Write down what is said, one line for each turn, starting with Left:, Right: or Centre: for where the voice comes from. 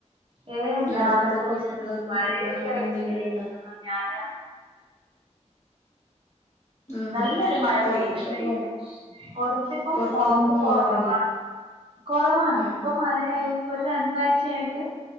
Right: ഏ എന്താ
Left: അടുത്ത്
Right: നല്ല
Left: പുഴകളോ
Right: വിശേഷം
Left: തോടുകളോ
Right: മഴയൊക്കെ
Left: അങ്ങനെ
Right: ആയിട്ട്
Left: എന്തെങ്കിലും
Right: ഇങ്ങനെ
Left: ഉണ്ടോ
Right: ഇരിക്കുന്നു ഞാന്
Left: ഉം
Right: നല്ലൊരു മഴ
Left: പൊറത്തൊക്കെ
Right: പെയ്തു കഴിഞ്ഞു
Left: പോ
Right: പുറത്തിപ്പം
Left: പൊറത്തൊന്നും
Right: പോക്ക്
Left: പോവാറില്ലേ
Right: കുറവാണ് കുറവാണ്
Left: ആഹ്
Right: ഇപ്പൊ മഴയ ഒരു രണ്ടാഴ്ചയായിട്ട്